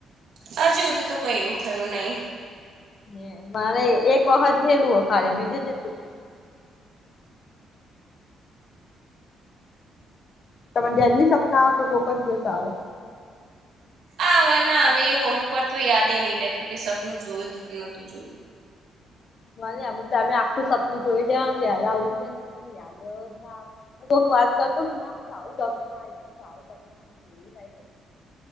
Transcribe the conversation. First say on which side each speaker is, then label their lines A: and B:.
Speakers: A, on the right (about 75°); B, on the left (about 50°).
A: હજુ સુધી તો કઈ એવું થયું નહી
B: હ મારે એક વખત થયેલું હો ખાલી બીજું નથીું તમેને દેહેલી સપના આવો કે કોક જ દિવસ આવે
A: આ હવે ના હવે એવું અમુક વાર તો યાદ નહી રહેતું કે સપનું જોયું હતું કે નતું જોયું
B: મને અમુક ટાઈમે આખું સપનું જોઈ દેવાન, વહેલા ઊઠીએ તો મને યાદ જ ના આવે! કોક વાતતાતો ના હ તો આવું સપ માહ તો આવું સપન માહિતું એવું થાય